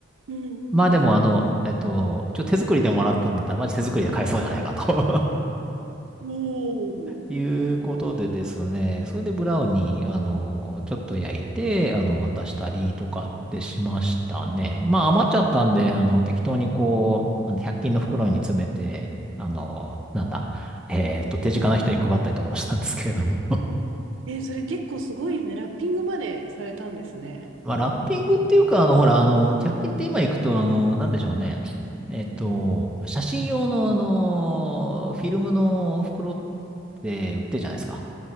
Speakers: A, on the right (about 80°); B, in the centre.
A: うんうん
B: まあでも、あの、えっと、一応手作りでもらったんだったら、マジ手作りで買えそうじゃないかと
A: もう。
B: いうことでですね、それでブラウンに、あの、ちょっと焼いて、あの、渡したりとかってしましたね。まあ、余っちゃったんで、あの、適当にこう、な100均の袋に詰めて、あの、なんだ、えっと、手近な人に配ったりとかもしたんですけれども。
A: えー、それ結構すごいね、ラッピングまでされたんですね。
B: <laughs> まあ、ラッピングっていうか、あの、ほら、あの、100均って今行くと、あの、なんでしょうね。えっと、写真用の、あの、フィルムの袋って売ってるじゃないですか。